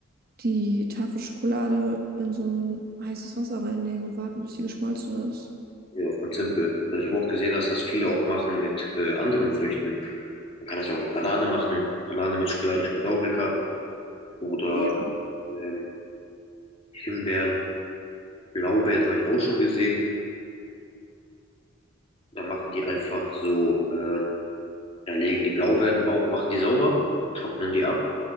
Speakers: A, on the right; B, on the left.
A: die Tafel Schokolade in so ein heißes Wasser reinlegen und warten, bis sie geschmolzen ist.
B: ja, ganz simpel. Und ich habe auch gesehen, dass das viele auch machen mit äh, anderen Früchten. Man kann das ja auch mit Banane machen. Banane mit Schokolade schmeckt auch lecker. Oder
A: Ja.
B: ähm, Himbeeren, Blaubeeren habe ich auch schon gesehen. Da machen die einfach so ähm, Ja, legen die Blaubeeren auch, machen die sauber, trocknen die ab